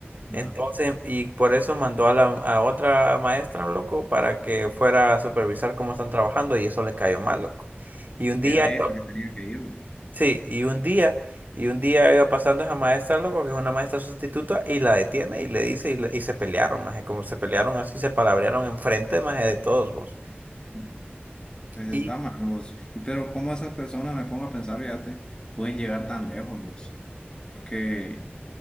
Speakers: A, on the right; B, on the left.
A: Entonces,
B: Ajá.
A: y por eso mandó a la a otra maestra, loco, para que fuera a supervisar cómo están trabajando y eso le cayó mal, loco. Y
B: Creo
A: un día,
B: que era ella la que tenía que ir, güey.
A: sí, y un día, y un día iba pasando esa maestra, loco, que es una maestra sustituta, y la detiene y le dice, y, le- y se pelearon, maje, como se pelearon así, se palabrearon enfrente, maje, de todos vos.
B: Mm. Pues está
A: Y
B: mal vos. Y pero cómo esas personas, me pongo a pensar, fíjate, pueden llegar tan lejos vos. Porque,